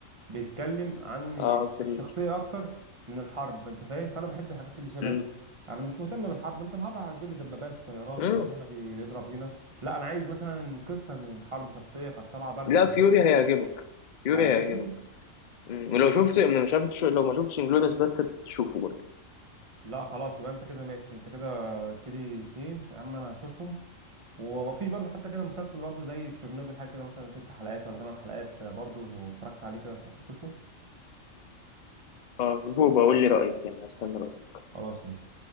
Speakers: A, on the right (about 35°); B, on the left (about 60°).
A: بيتكلم عن يعني
B: آه فريد
A: الشخصيه اكتر من الحرب انت فاهم فانا بحب الحاجات اللي شبه
B: مم.
A: دي انا مش مهتم بالحرب انت الحرب هتجيب لي دبابات وطيارات
B: مم.
A: وهنا بيضرب هنا لا انا عايز مثلا قصه من حرب شخصيه كانت طالعه بارزه
B: لا
A: يعني.
B: فيوري هيعجبك فيوري
A: هيعجبني
B: هيعجبك مم. ولو شفت مش عارف تشوف- لو ما شفتش انجلوريس باسترد تشوفه برضه
A: لا خلاص يبقى انت كده ماشي انت كده قلت لي اتنين يا عم انا هشوفهم ومفيش برضه حتى كده مسلسل برضه زي تشيرنوبل حاجة كده مثلا ست حلقات ولا ثمان حلقات آه، برضه اتفرجت عليه كده شوفه
B: اه شوفه وبقول لي رأيك يعني هستنى رأيك
A: خلاص ماشي